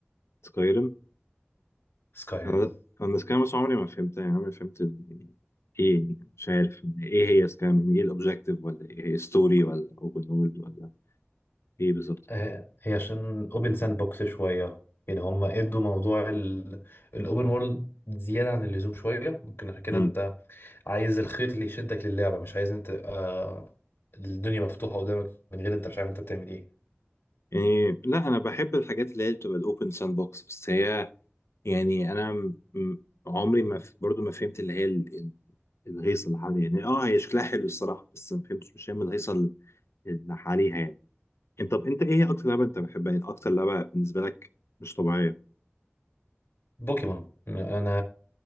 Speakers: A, on the left (about 80°); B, on the left (about 55°).
A: سكايرم
B: سكايريم
A: انا انا سكايرم بس عمري ما فهمتها يعني عمري ما فهمت ال- يعني ايه يعني مش عارف ايه هي سكايرم يعني ايه الاوبجيكتيف ولا ايه هي ستوري ولا اوبن وورلد ولا ايه بالظبط
B: آه، هي عشان اوبن ساند بوكس شوية يعني هم ادوا موضوع الاوبن وورلد زيادة عن اللزوم شوية ممكن عشان كده
A: مم.
B: انت عايز الخيط اللي يشدك للعبة مش عايز انت آه، الدنيا مفتوحة قدامك من غير انت مش عارف انت بتعمل ايه
A: يعني لا انا بحب الحاجات اللي هي بتبقى الاوبن ساند بوكس بس هي يعني انا م- م- عمري ما ف- برضو ما فهمت اللي هي ال- ال- الهيصه اللي حواليها يعني اه هي شكلها حلو الصراحه بس ما فهمتش مش فاهم الهيصه ال- اللي حواليها يعني انت طب انت ايه اكتر لعبه انت بتحبها يعني اكتر لعبه بالنسبه لك مش طبيعيه
B: بوكيمون انا